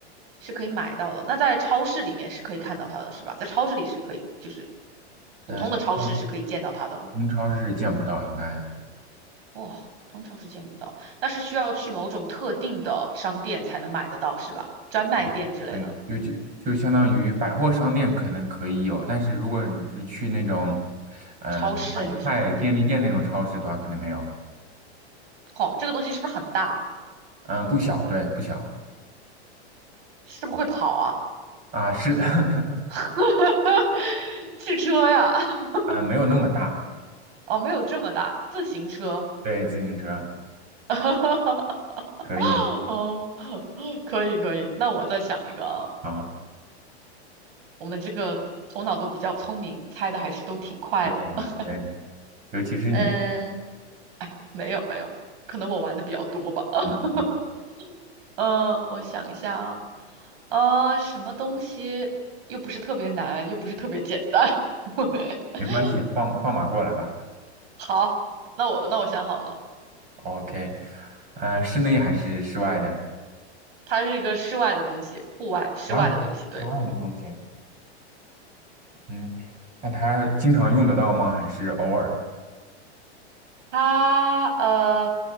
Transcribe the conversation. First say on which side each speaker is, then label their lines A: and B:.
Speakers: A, on the right (about 60°); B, on the right (about 25°).
A: 是可以买到的。那在超市里面是可以看到它的，是吧？在超市里是可以，就是普通的超市是可以见到它的。
B: 呃，普通超市是见不到，应该
A: 哇，普通超市见不到，那是需要去某种特定的商店才能买得到，是吧？专卖店之类的，
B: 对对，就就就相当于百货商店可能可以有，但是如果你是去那种嗯、
A: 超市就是看不到。
B: 呃买菜便利店那种超市的话，可能没有。
A: 哦，这个东西是不是很大？
B: 嗯、不小，对，不小
A: 是不是会跑啊？
B: 啊，是的，<laughs>
A: <laughs> 汽车呀？<laughs>
B: 啊，没有那么大。
A: 哦，没有这么大，自行车。
B: 对，自行车
A: <laughs>
B: 可以，
A: 哦，可以可以，那我再想一个啊。
B: 好。
A: 我们这个头脑都比较聪明，猜的还是都挺快的。
B: 对
A: <laughs>
B: 对，尤其是你，
A: 嗯，哎，没有没有，可能我玩的比较多吧。<laughs>
B: 嗯，
A: 呃，我想一下啊，呃，什么东西又不是特别难，又不是特别简单？<laughs>
B: 没关系，放放马过来吧。
A: 好，那我那我想好了，
B: OK，啊、室内还是室外的？
A: 它是一个室外的东西，户外室外的东西，
B: 啊，
A: 对，
B: 室外的东西，嗯，那它经常用得到吗？还是偶尔？
A: 它呃